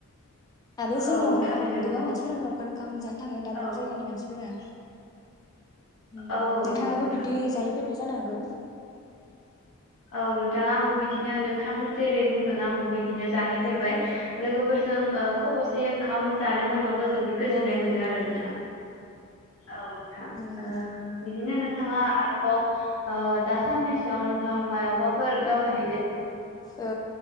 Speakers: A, on the left; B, on the left.
A: आरो जोंल'
B: औ
A: नङा
B: थारैनो नंगौ
A: गोबां मानसिफोरानो लावखार ओंखाम जानो थाङो दाब
B: औ
A: दाब जायगानि मानसिफोर फोरा नोंथाङाबो
B: औ नंगौ नोंथां
A: बिदि जाहैफेरबाय जानो हागौ
B: औ नोंथां आंबो बिदिनो नोंथां जेरै बुंदों आंबो बि दिनो जाहैफेरबाय
A: औ
B: लोगोफोरजों ओ खबसे ओंखाम जानो मोनबाबो जोबोद गोजोननाय
A: औ नंगौ
B: मोनो आरो
A: नंगौ
B: नोंथां औ नोंथां
A: उम
B: ओ बिदिनो नोंथाङा आरोबाव ओ दा साननैसोआव मायावबाफोर दावबाय
A: ओ